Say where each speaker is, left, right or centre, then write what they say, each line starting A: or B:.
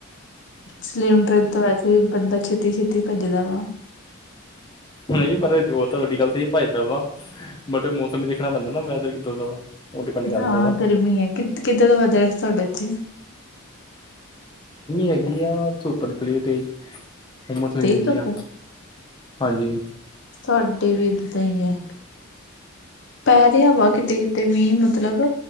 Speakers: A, on the left; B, on the left.
A: ਸਲੀਮ ਤ੍ਰਿਮ ਤੇ ਵੈਸੇ ਬੰਦਾ ਛੇਤੀ ਛੇਤੀ ਭੱਜਦਾ ਵਾ
B: ਨਹੀਂ ਪਰ ਉਹ ਤਾਂ ਤੁਹਾਡੀ ਗੱਲ ਤੇ ਭੱਜਦਾ ਵਾ। ਬਟ ਮੌਸਮ ਵੀ ਦੇਖਣਾ ਪੈਂਦਾ ਨਾ ਵੈਦਰ ਕਿੱਦਾਂ ਦਾ ਵਾ? ਉਹ ਡਿਪੈਂਡ ਕਰਦਾ
A: ਹਾਂ।
B: ਵਾ
A: ਗਰਮੀ ਹੈ ਕਿ ਕਿੱਦਾਂ ਦਾ ਵੈ ਦਾ ਤੁਹਾਡੇ ਇੱਥੇ
B: ਹੈਗੀ ਆ ਧੁਪ ਨਿਕਲੀ ਏ ਤੇ ਹੁਮਸ ਹੋਈ
A: ਤੇਜ਼
B: ਹੋਈ
A: ਧੁੱਪ
B: ਆ
A: ਹੈ?
B: ਹਾਂਜੀ।
A: ਸਾਡੇ ਵੀ ਏਦਾਂ ਈ ਐ। ਪੈ ਰਿਆ ਵਾ ਕਿਤੇ-ਕਿਤੇ ਮੀਂਹ ਮਤਲਬ